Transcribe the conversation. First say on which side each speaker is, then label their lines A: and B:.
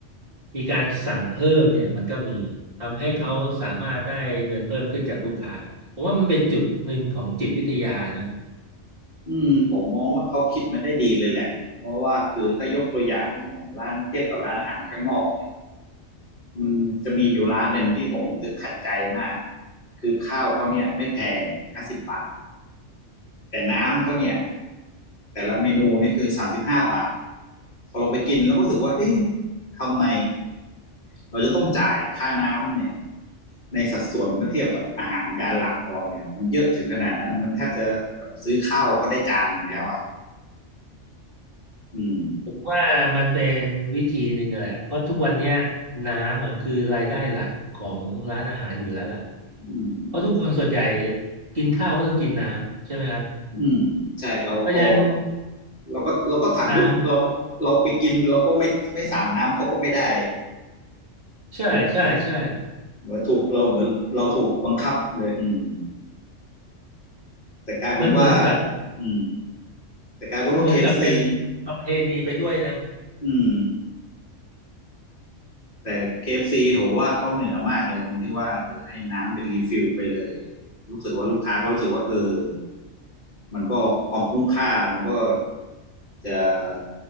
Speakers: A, on the right; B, on the left.
A: มีการสั่งเพิ่มเนี่ยมันก็มีทำให้เขาสามารถได้เงินเพิ่มขึ้นจากลูกค้าผมว่ามันเป็นจุดหนึ่งของจิตวิทยานะ
B: อืมผมมองว่าเขาคิดมาได้ดีเลยแหละ เพราะว่าคือถ้ายกตัวอย่างอย่างร้านเทียบกับร้านอาหารข้างนอกเนี่ยมันจะมีอยู่ร้านหนึ่งที่ผมรู้สึกขัดใจมาก คือข้าวเขาเนี่ยไม่แพงห้าสิบบาท แต่น้ำเขาเนี่ยแต่ละเมนูนี่คือสามสิบห้าบาทพอเราไปกินเราก็รู้สึกว่าเอ๊ะทำไมเราจะต้องจ่ายค่าน้ำเนี่ยในสัดส่วนเมื่อเทียบกับอาหารจานหลักของเราเนี่ยมันเยอะถึงขนาดนั้นมันแทบจะแบบซื้อข้าวเขาได้จานหนึ่งแล้วอ่ะอืม
A: ผมว่ามันเป็นวิธีหนึ่งแหละเพราะทุกวันเนี้ยน้ำอ่ะคือรายได้หลักของร้านอาหารอยู่แล้วล่ะ
B: อืม
A: เพราะทุกคนส่วนใหญ่กินข้าวก็ต้องกินน้ำใช่ไหมครับ
B: อืมใช่เราก็
A: เพราะฉะนั้น
B: เราก็เราก็สั่งทุกเราเราไปกินเราก็ไม่ไม่สั่งน้ำเขาก็ไม่ได้
A: น้ำ ใช่ใช่ใช่
B: เหมือนเหมือนถูกเราเหมือนเราถูกบังคับเลยอืม แต่กลายเป็นว่า
A: มันเหมือนกับ
B: อืมแต่กลายเป็นว่าเคเอฟซี
A: มันเหมือนกับเป็นประเพณีไปด้วยนะ
B: อืมแต่เคเอฟซีผมว่าเขาเหนือมากเลยตรงที่ว่าเออให้น้ำเป็นรีฟิลไปเลยรู้สึกว่าลูกค้าก็รู้สึกว่าเออมันก็ความคุ้มค่ามันก็จะ